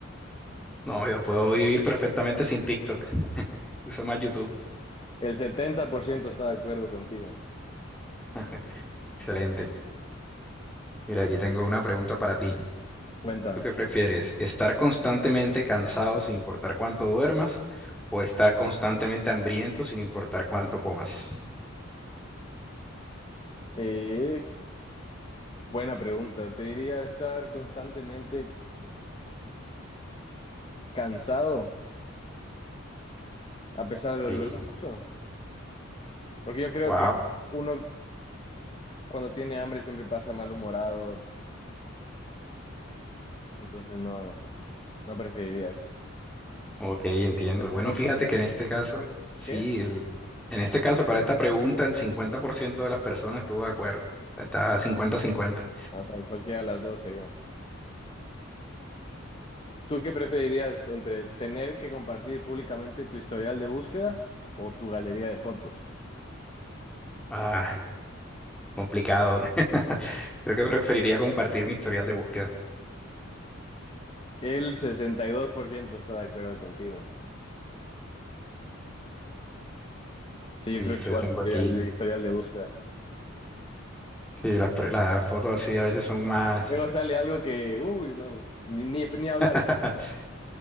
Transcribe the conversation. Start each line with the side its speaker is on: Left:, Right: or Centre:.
Centre: No, yo puedo vivir perfectamente sin TikTok. Uso más YouTube.
Left: El 70% está de acuerdo contigo.
Centre: <laughs> Excelente. Mira, aquí tengo una pregunta para ti.
Left: Cuéntame.
Centre: ¿Tú qué prefieres? ¿Estar constantemente cansado sin importar cuánto duermas o estar constantemente hambriento sin importar cuánto comas?
Left: Eh, buena pregunta. ¿Te diría estar constantemente cansado a pesar de
Centre: Sí.
Left: que duerma mucho? Porque yo creo
Centre: Wow.
Left: que uno cuando tiene hambre siempre pasa malhumorado, entonces no, no preferiría eso.
Centre: Ok, entiendo.
Left: Te tengo
Centre: Bueno, fíjate
Left: otra pregunta.
Centre: que en este caso, sí,
Left: ¿Qué?
Centre: el- en este caso, para esta pregunta, el 50% de las personas estuvo de acuerdo. O sea, está 50-50.
Left: O sea, cualquiera de las dos sería. ¿Tú qué preferirías entre tener que compartir públicamente tu historial de búsqueda o tu galería de fotos?
Centre: Ah, Complicado. <laughs> Creo que preferiría compartir mi historial de búsqueda.
Left: El 62% está de acuerdo contigo. Sí, yo
Centre: Listo,
Left: creo que igual
Centre: yo tengo
Left: preferiría
Centre: aquí.
Left: el historial de búsqueda.
Centre: Sí, las, pre- las fotos así a veces son más.
Left: Luego sale algo que, uy, no, ni, ni, ni hablar.
Centre: <laughs>